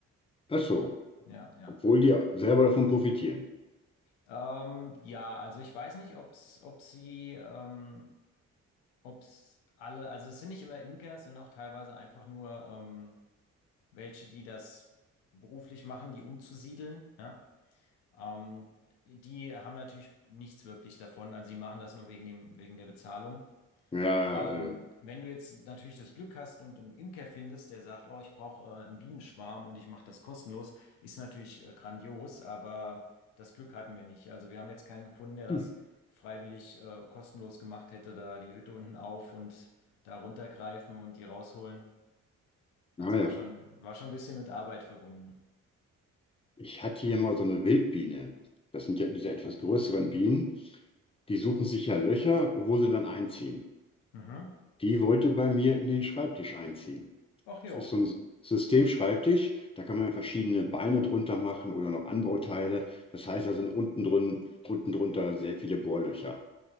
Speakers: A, on the left; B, on the left.
A: Ach so,
B: Ja, ja.
A: obwohl die selber davon profitieren.
B: Ähm, ja, also ich weiß nicht, ob's, ob sie, ähm, ob's alle, also es sind nicht immer Imker, es sind auch teilweise einfach nur ähm, welche, die das beruflich machen, die umzusiedeln, ja. Ähm, die haben natürlich nichts wirklich davon, also sie machen das nur wegen dem, wegen der Bezahlung.
A: Ja,
B: Ähm,
A: äh,
B: wenn du jetzt natürlich das Glück hast und einen Imker findest, der sagt, oh, ich brauche äh, einen Bienenschwarm und ich mache das kostenlos, ist natürlich äh, grandios, aber das Glück hatten wir nicht. Also wir haben jetzt keinen gefunden, der das
A: hm,
B: freiwillig äh, kostenlos gemacht hätte, da die Hütte unten auf und da runtergreifen und die rausholen. Das
A: naja.
B: war schon, war schon ein bisschen mit Arbeit verbunden.
A: Ich hatte hier mal so eine Wildbiene. Das sind ja diese etwas größeren Bienen. Die suchen sich ja Löcher, wo sie dann einziehen.
B: Mhm.
A: Die wollte bei mir in den Schreibtisch einziehen.
B: Ach jo,
A: Das ist so ein Systemschreibtisch, da kann man verschiedene Beine drunter machen oder noch Anbauteile. Das heißt, da sind unten drin, unten drunter sehr viele Bohrlöcher.